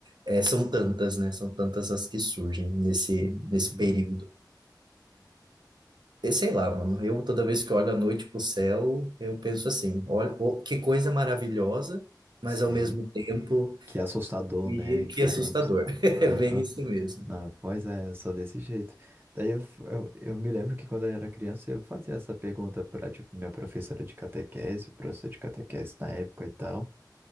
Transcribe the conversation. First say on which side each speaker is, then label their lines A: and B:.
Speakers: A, on the right; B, on the right.
A: é, são tantas, né? São tantas as que surgem nesse
B: uhum.
A: nesse período. Eu sei lá, mano. Eu toda vez que olho à noite pro céu, eu penso assim: olha, ô, que coisa maravilhosa, mas
B: Sim.
A: ao mesmo tempo
B: Que é assustador,
A: que,
B: né? Digamos.
A: que assustador. <laughs> É
B: Aham.
A: bem isso mesmo.
B: Não, pois é, só desse jeito. Daí eu, f- eu, eu me lembro que quando eu era criança eu fazia essa pergunta para tipo, minha professora de catequese, o professor de catequese na época e tal,